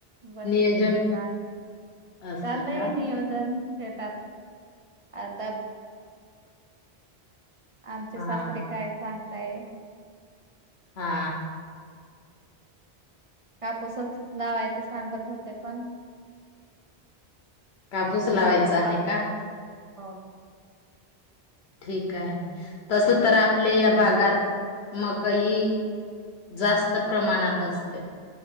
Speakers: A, on the right (about 40°); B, on the left (about 75°).
A: बसलय
B: नियोजन
A: निवांत,
B: असं
A: चाललंय
B: का
A: नियोजन शेतात आता आमचे
B: हा.
A: सासरे काय सांगताय
B: हा
A: कापूसच लावायचं सांगत होत्या, पण
B: कापूस लावायचा आहे
A: पा
B: का?
A: <unintelligible>
B: ठीक आहे तस तर आपल्या या भागात मकई, जास्त प्रमाणात असते.